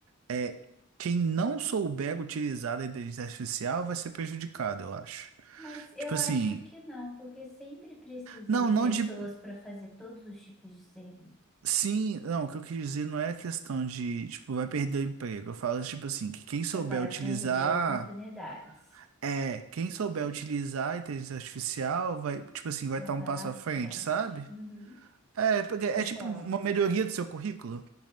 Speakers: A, on the right; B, in the centre.
A: é quem não souber utilizar a inteligência artificial vai ser prejudicado, eu acho.
B: Mas eu
A: Tipo assim,
B: acho que não, porque sempre precisa
A: não,
B: de
A: não
B: pessoas
A: de.
B: para fazer todos os tipos de serviço.
A: Sim, não, o que eu quis dizer não é questão de, tipo, vai perder o emprego. Eu falo, tipo assim, que quem souber
B: Vai
A: utilizar.
B: perder oportunidades.
A: É, quem souber
B: Sim,
A: utilizar a inteligência artificial vai, tipo assim, vai
B: vai
A: estar
B: estar
A: um passo
B: na
A: à frente,
B: frente.
A: sabe?
B: Uhum,
A: É, porque é
B: concordo.
A: tipo uma melhoria do seu currículo,